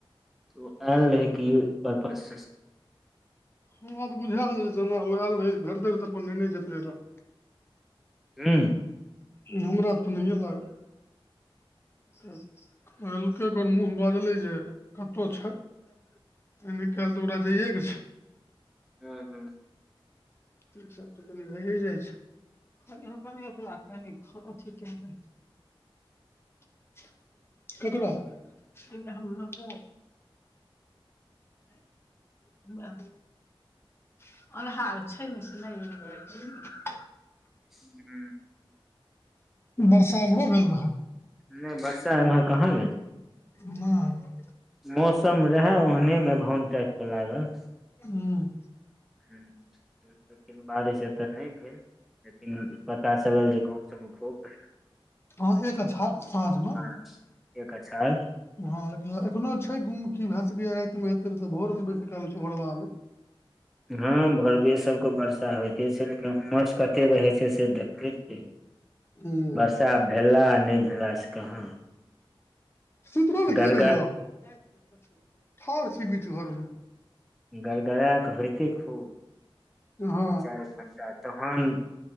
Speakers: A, in the centre; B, on the left (about 25°).
A: त ओ आयल रहै कि परपल्स
B: हमरा त बुझायल रहै जेना ओ आयल रहै भेटतै रह तऽ अपन नेने जेतै रहऽ
A: हूँ
B: हमरा तऽ नहिए लागल तऽ कहलकै फेर मूँह बजलै जे कत छै नै कल्ह तऽ ओकरा जइयए के छै
A: हूँ हूँ
B: ई सब तऽ कनि रहि जाइ छै कनि हँ कनिक <unintelligible> केकरा हम बथ <unintelligible> अन्हार छै ने सुनाईये नै <unintelligible>
A: हूँ
B: बरसा ईमरो भेल रहए
A: नै बर्सा एमहर कहाँ गेल
B: हँ
A: मौसम रहेए ओहने मेघाओन टाइप के लागल
B: हूँ
A: हूँ लेकिन बारिश एतऽ नै भेल लेकिन पता चलल जे गाँव सबमे खूब
B: हँ एक अच्छार साँझमे
A: हँ एक अछार
B: हँ लेकिन एखनो छै गुम की भए सकै या राति मे हेते तऽ भोर मे बेसी काल छै भोड़बा मे
A: हँ भोरबे सबके वर्षा होइते छै लेकिन उमस कते रहै छै से देखै छियै
B: ऊँ
A: छा भेलाए आ नै भेलाए सँ कहाँ
B: सुत रहने
A: गड़गड़
B: की भेलौ ठाढ़ छी बीच घरमे
A: गड़गड़ा क होयइतै खूब दू
B: हँ
A: चारि घंटा तहन